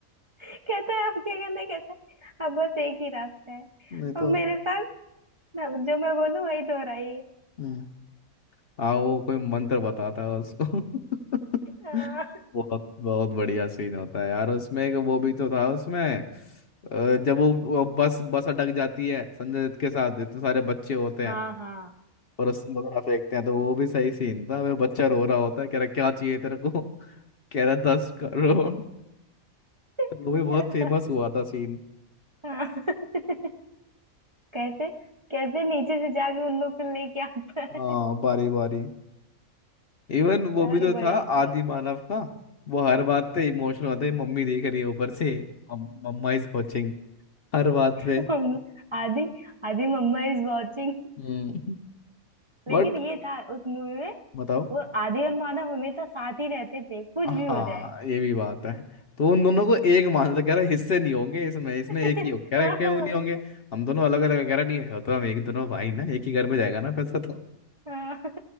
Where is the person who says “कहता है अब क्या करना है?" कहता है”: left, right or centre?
Right